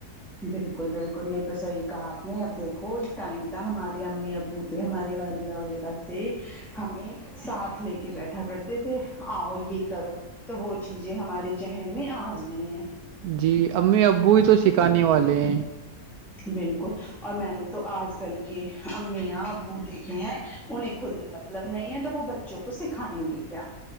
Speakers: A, in the centre; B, on the right.
A: بالکل بالکل یہ تو صحیح کہا آپ نے اب دیکھو اس ٹائم تک ہمارے امی ابو ہمارے والدہ وغیرہ تھے ہمیں ساتھ لے کے بیٹھا کرتے تھے آؤ یہ کرو تو وہ چیزیں ہمارے ذہن میں آج بھی ہیں
B: جی امی ابو ہی تو سکھانے والے ہیں
A: بالکل اور میں نے تو آج کل کی امیاں ابو دیکھے ہیں انہیں خود ہی مطلب نہیں ہے توب وہ بچوں کو سکھائیں گے کیا